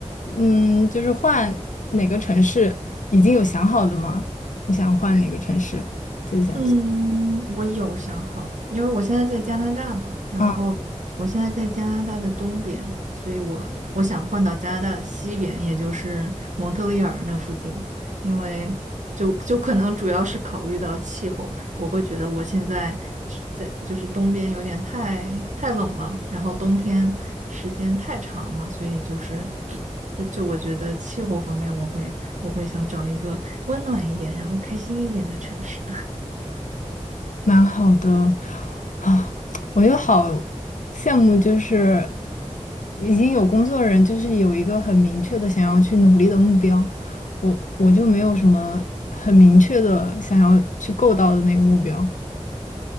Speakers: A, on the left; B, on the right.
A: 嗯，就是换哪个城市已经有想好的吗？你想换哪个城市接下去？
B: 嗯，我有想好，因为我现在在加拿大嘛，然后我现在在加拿大的东边，
A: 嗯，
B: 所以我我想换到加拿大的西边，也就是蒙特利尔那附近，因为就就可能主要是考虑到气候，我会觉得我现在是在就是东边有点太太冷了，然后冬天时间太长了，所以就是就就我觉得气候方面，我会我会想找一个温暖一点，然后开心一点的城市。
A: 蛮好的啊，我又好羡慕，就是已经有工作的人，就是有一个很明确的想要去努力的目标，我我就没有什么很明确的想要去够到的那个目标